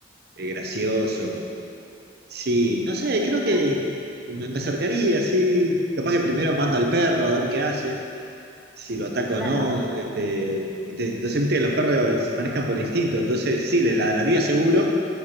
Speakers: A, on the right (about 55°); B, in the centre.
A: eh, gracioso. Sí, no sé,
B: te
A: creo
B: acercás.
A: que me, me acercaría, sí. Capaz que primero mando al perro a ver qué hace, si lo ataco
B: Claro.
A: o no. Este, ente- entonces, viste que los perros se manejan por instinto, entonces sí, le ladraría
B: Sí,
A: seguro,